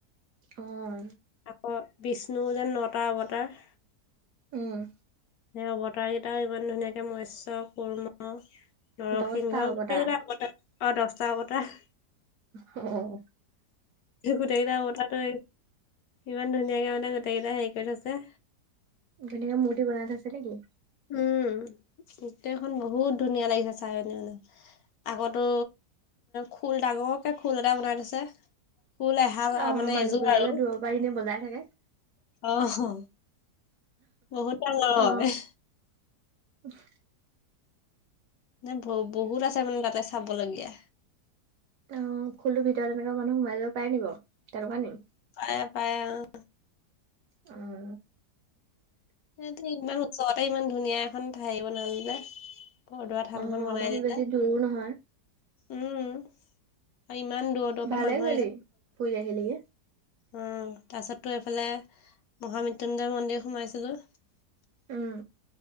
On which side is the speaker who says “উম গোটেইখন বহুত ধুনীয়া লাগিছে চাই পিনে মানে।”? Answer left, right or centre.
Left